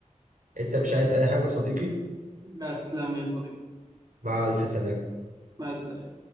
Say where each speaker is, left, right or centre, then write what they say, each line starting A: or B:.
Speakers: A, on the right; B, on the right.
A: أنت مش عايز أي حاجة يا صديقي
B: لا تسلم لي يا صديقي
A: مع ألف سلامة
B: مع السلامة